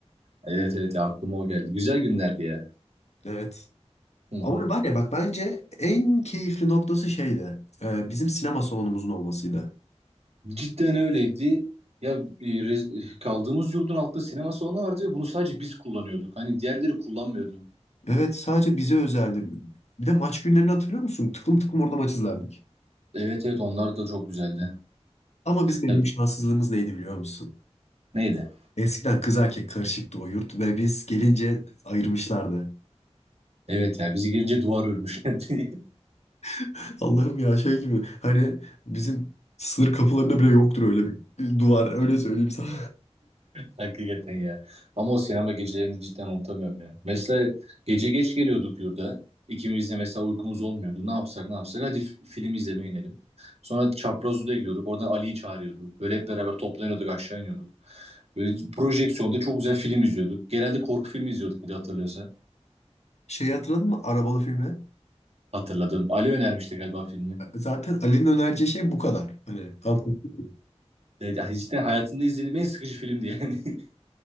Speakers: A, on the right; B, on the left.
A: Evet evet ya, aklıma o geldi. Güzel günlerdi ya.
B: Evet.
A: Hı
B: Ama
A: hı.
B: var ya bak bence en keyifli noktası şeydi. Ee, bizim sinema salonumuzun olmasıydı.
A: Cidden öyleydi. Ya e, re- kaldığımız yurdun altında sinema salonu vardı ve bunu sadece biz kullanıyorduk. Hani diğerleri kullanmıyordu.
B: Evet sadece bize özeldi. Bir de maç günlerini hatırlıyor musun? Tıklım tıklım orada maç izlerdik.
A: Evet evet onlar da çok güzeldi.
B: Ama bizim en
A: Ya,
B: büyük şanssızlığımız neydi biliyor musun?
A: neydi?
B: Eskiden kız erkek karışıktı o yurt ve biz gelince ayırmışlardı.
A: Evet ya bizi gelince duvar örmüşlerdi. <laughs>
B: <laughs> Allah'ım ya şey gibi hani bizim sınır kapılarında bile yoktur öyle bir duvar öyle söyleyeyim sana.
A: Hakikaten ya. Ama o sinema gecelerini cidden unutamıyorum ya. Mesela gece geç geliyorduk yurda. İkimiz de mesela uykumuz olmuyordu. Ne yapsak ne yapsak hadi f- film izlemeye inelim. Sonra Çapraz Oda'ya gidiyorduk. Oradan Ali'yi çağırıyorduk. Böyle hep beraber toplanıyorduk aşağı iniyorduk. Böyle projeksiyonda çok güzel film izliyorduk. Genelde korku filmi izliyorduk bir de hatırlıyorsan.
B: <laughs> Şeyi hatırladın mı arabalı filmi?
A: Hatırladım. Ali önermişti galiba filmi.
B: Zaten Ali'nin önereceği şey bu kadar. Hani anladın mı?
A: Evet, Cidden hayatımda izlediğim en sıkıcı filmdi yani. <laughs>